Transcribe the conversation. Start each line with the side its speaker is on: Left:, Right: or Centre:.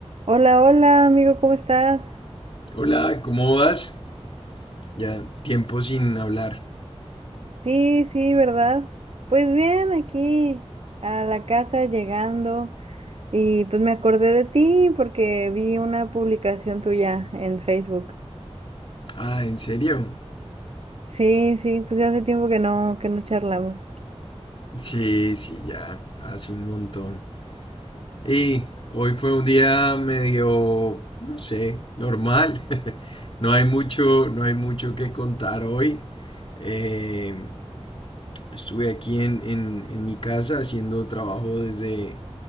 Right: Hola, hola, amigo, ¿cómo estás?
Left: Hola, ¿cómo vas? Ya tiempo sin hablar.
Right: Sí, sí, ¿verdad? Pues bien, aquí a la casa llegando y pues me acordé de ti porque vi una publicación tuya en Facebook.
Left: Ah, ¿en serio?
Right: Sí, sí, pues ya hace tiempo que no que no charlamos.
Left: Sí, sí, ya, hace un montón. Y hoy fue un día medio, no sé, normal. <laughs> No hay mucho, no hay mucho que contar hoy. Eh, estuve aquí en, en- en mi casa haciendo trabajo desde,